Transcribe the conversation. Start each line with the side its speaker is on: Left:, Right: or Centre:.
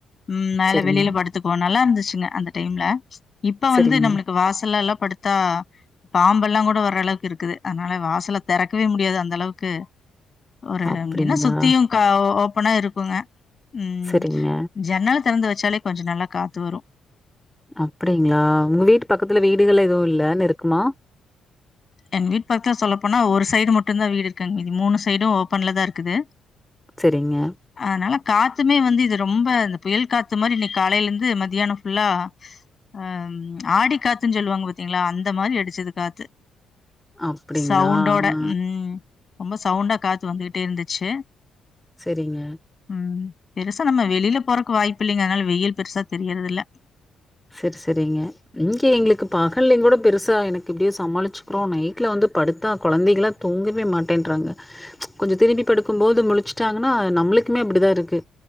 Left: ம் மேல
Centre: சரிங்க,
Left: வெளில படுத்துக்குவோ நல்லா இருந் ச்சிங்க அந்த டைம்ல இப்ப
Centre: சரிங்க.
Left: வந்து நம்ளுக்கு வாசல் எல்லா படுத்தா பாம்பெல்லா கூட வர அளவுக்கு இருக்குது அனால வாசல தெறக்கவே முடியாது அந்த அளவுக்கு ஒரு
Centre: அப்படிங்களா?
Left: என்னா சுத்தியுக ஓ ப்பனா இருக்குங்க ம்
Centre: சரிங்க.
Left: ஜன்னல் திறந்து வச்சாலே கொஞ்ச நல்லா காத்து வரு
Centre: அப்பிடிங்களா உங்க வீட்டு பக்கத்துல வீடுகள் எதுவு இல்ல நெருக்காம
Left: எங் வீட் பக்கத்துல சொல்ல போனா ஒரு சைடு மட்டுதா வீடு இருக்ங் மீதி மூனு சைடு ஓப்பன்லதா இருக் க்குது
Centre: சரிங்க.
Left: ஆ நல்ல காத்துமே வந்து இது ரொம்ப இந்த புயல் காத்து மாரி இன்னைக்கு காலையில இருந்து மதியானம் ஃபுல்லா அ ஆடி காற்றுன்னு சொல்லுவாங்க பாாரத்தீங்களா அந்த மாரி அடிச்சது காத்து
Centre: அப்படிங்களா?
Left: சவுண்டோட
Centre: ஆ.
Left: ம் ரொம்ப சவுண்டா காற்றுவந்துகிட்டு இருந்துச் செ
Centre: சேரிங்க
Left: ம் பெருசா நம்ம வெளில போறக்கு வாய்ப் பிள்ளைங்கனால வெயில் பெருசா தெரியறது இல்ல
Centre: சேரி சேரிங்க இங்க எங்களுக்கு பகல்லு கூட பெருசா எனக்கு இப்படியோ சமாளிச்சுக்கிறோ நைட்ல வந்து படுத்தா கொழந்தைங்கல்லா தூங்கவே மாட்டேன்றாங்க கொஞ்சோ திரும்பி படுக்கும் போது முளிச்சுட்டாங்கன்னா நம்மளுக்குமே அப்படிதா இருக்கு